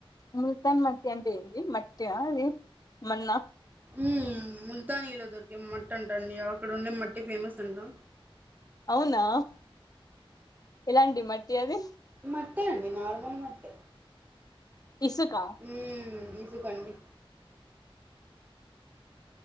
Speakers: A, on the left (about 40°); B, on the right (about 20°).
A: ముల్తాన్ మట్టి అంటే ఏంది మట్టా అది మన్నా
B: ఉ ముల్తాన్ ఇల ధోరకె మ ట్ంటండి అక్కడ ఉండే మట్టి ఫేమస్ అంటా
A: అవునా ఎలాంటి మట్టి అది
B: మట్టె అండి నార్మల్ మట్టె
A: ఇసుక
B: హ ఇసుకండి